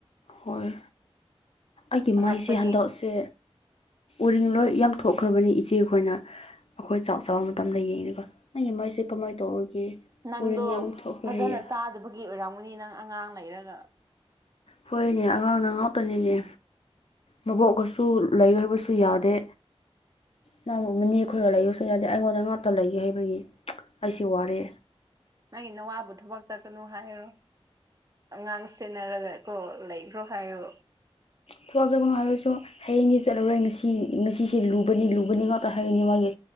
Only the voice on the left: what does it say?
ꯍꯣꯏ ꯑꯩꯒꯤ
ꯃꯩꯁꯦ ꯍꯟꯗꯛꯁꯦ ꯎꯔꯤ ꯂꯣꯏ ꯌꯥꯝ ꯊꯣꯛꯈ꯭ꯔꯕꯅꯤ ꯏꯆꯦꯈꯣꯏꯅ ꯑꯩꯈꯣꯏ ꯆꯥꯛ ꯆꯥꯕ ꯃꯇꯝꯗ ꯌꯦꯡꯅꯤꯀꯣ ꯅꯪꯒꯤ ꯃꯥꯏꯁꯦ ꯀꯃꯥꯏꯅ ꯇꯧꯔꯒꯦ
ꯎꯔꯤꯡ ꯌꯥꯝ ꯊꯣꯛꯈ꯭ꯔꯦꯌꯦ
ꯍꯣꯏꯅꯦ ꯑꯉꯥꯡꯅ ꯉꯥꯛꯇꯅꯤꯅꯦ ꯃꯕꯣꯛꯒꯁꯨ ꯂꯩ ꯍꯥꯏꯕꯁꯨ ꯌꯥꯗꯦ ꯏꯅꯥꯒꯨꯝꯕꯅꯤ ꯑꯩꯈꯣꯏꯒ ꯂꯩꯌꯨꯁꯨ ꯌꯥꯗꯦ ꯑꯩꯉꯣꯟꯗ ꯉꯥꯛꯇ ꯂꯩꯒꯦ ꯍꯥꯏꯕꯒꯤ ꯑꯩꯁꯤ ꯋꯥꯔꯦ
ꯊꯣꯛꯇꯕꯅꯣ ꯍꯥꯏꯔꯁꯨ ꯍꯌꯦꯡꯗꯤ ꯆꯠꯂꯔꯣꯏ ꯉꯁꯤ ꯉꯁꯤꯁꯦ ꯂꯨꯕꯅꯤ ꯂꯨꯕꯅꯤ ꯉꯥꯛꯇ ꯍꯥꯏꯒꯅꯤ ꯃꯥꯒꯤ